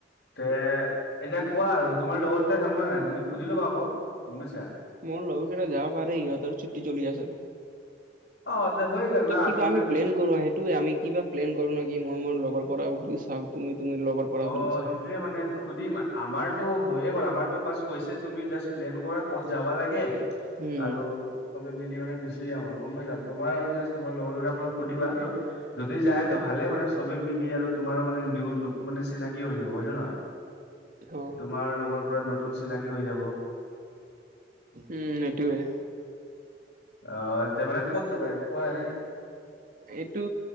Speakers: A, on the left; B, on the right.
A: তে এতিয়া কোৱা আৰু তোমাৰ লগৰকেইটাই যাবনে নাই, তুমি সুধিল ল'বা আকৌ গম পাইছা?
B: মোৰ লগৰকেইটা যাব পাৰে, সিহঁতৰো ছুটি চলি আছে।
A: অ' তে হৈ গ'ল।
B: ত'
A: না
B: কিবা
A: মানে
B: আমি প্লেন কৰোঁ, সেইটোয় আমি কিবা প্লেন কৰোঁ নেকি, মই মোৰ লগৰ পৰাও সুধি চাওঁ। তুমি তুমি লগৰপৰা
A: অ
B: সুধি চাবা।
A: সেইটোয়ে মানে সুধিম আমাৰতো হৈয়ে গ'ল। আমাৰতো বা কৈছে তুমি জাষ্ট প্লেন কৰা ক'ত যাবা লাগে
B: উম
A: আৰু চবে মিলি মানে গুচি যাম আৰু গম পাইছা? তোমাৰ আৰু জাষ্ট তোমাৰ লগৰবাক সুধিবা আৰু। যদি যায় ত'
B: অ
A: ভালে মানে চবে মিলি আৰু তোমাৰো মানে নি নতুন মানে চিনাকি হৈ যাব হয় নে নহয়?
B: অ
A: তোমাৰ লগৰপৰা নতুন চিনাকী হৈ যাব।
B: উম, এইটোয়ে।
A: অ' তে, মানে ক'ত যাবা আৰু কোৱা ইয়াতে?
B: এইটো